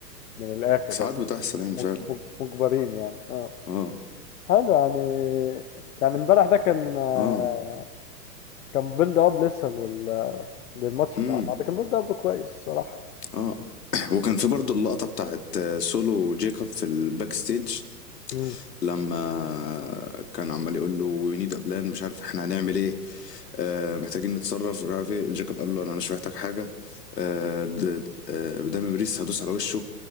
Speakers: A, on the left; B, on the left.
A: من الاخر
B: ساعات بتحصل يعني
A: مج-
B: فعلا
A: مج- مجبرين يعني اه
B: اه
A: حلو يعني يعني امبارح ده كان آه،
B: اه
A: كان بيلد اب لسه لل... للماتش
B: امم
A: بتاع بعض كان بيلد اب كويس صراحة
B: اه <clears throat> وكان في برضو اللقطة بتاعت آه، سولو وجيكوب في الباك ستيج
A: امم
B: لما كان عمال يقول له وي نيد ابلان مش عارف احنا هنعمل ايه آه محتاجين نتصرف مش عارف ايه جاكوب قال له انا مش محتاج حاجه آه د- آه، دامي بريس هدوس على وشه